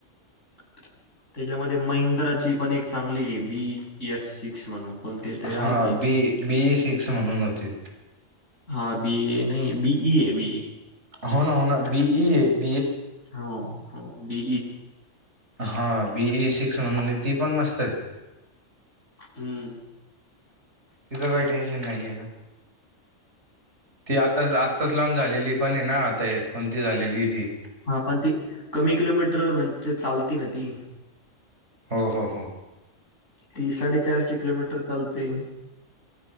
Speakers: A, on the left; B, on the right.
A: <inaudible> त्याच्यामध्ये महिंद्राची पण एक चांगली आहे बी एस सिक्स म्हणून कोणते तरी
B: हा
A: आहे ते
B: बी बी ए सिक्स म्हणून होती
A: हा बी ए नाही बी इ ये बी ए
B: हो ना हो ना बी इ
A: हा
B: हा बीई सिक्स म्हणून ती पण मस्त आहे
A: हम्म
B: तिचं काही टेन्शन नाही आहे ना ती आताच आत्ताच लॉनच झालेली पण आहे ना आता कोणती झालेली ती
A: हा पण ती कमी किलोमीटर म्हणजे चालती का ती
B: हो ह हो
A: ती साडेचारशे किलोमीटर चालते